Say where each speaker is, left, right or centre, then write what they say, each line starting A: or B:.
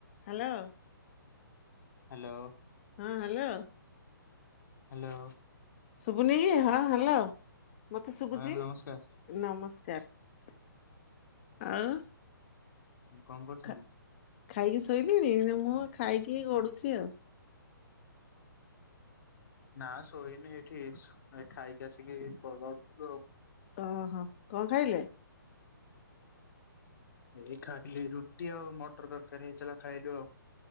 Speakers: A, on the left; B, on the left.
A: Hello.
B: Hello.
A: ହଁ hello.
B: Hello.
A: ଶୁଭୁନି କି? ହଁ ହ୍ୟାଲୋ ମତେ ଶୁଭୁଛି
B: ମ୍ୟାମ୍ ନମସ୍କାର
A: ନମସ୍କାର ଆଉ।
B: କଣ କରୁଛନ୍ତି?
A: ଖା ଖାଇକି ଶୋଇଲେଣି? ନାଁ ମୁଁ ଖାଇକି ଗଡୁଛି ଆଉ।
B: ନା ଶୋଇନି, ଏଇଠି ଖାଇକି ଆସିକି <unintelligible> ଆଉ।
A: ଓ ହୋ କଣ ଖାଇଲେ?
B: ଏଇ ଖାଇଲି, ରୁଟି ଆଉ ମଟର ତରକାରୀ ହେଇଥିଲା ଖାଇଲୁ ଆଉ।